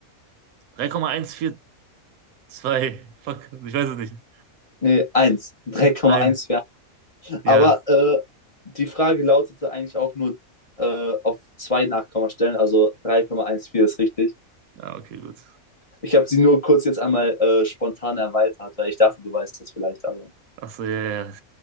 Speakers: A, on the right (about 80°); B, on the left (about 25°).
A: 3,142. Fuck, ich weiß es nicht.
B: Nee, 1. 3,14
A: Eins.
B: <laughs>
A: Ja.
B: Aber äh, die Frage lautete eigentlich auch nur äh, auf zwei Nachkommastellen, also drei Komma eins vier ist richtig.
A: Ja, okay, gut.
B: Ich habe sie nur kurz jetzt einmal äh, spontan erweitert, weil ich dachte, du weißt das vielleicht, aber.
A: Achso, ja, ja. ja.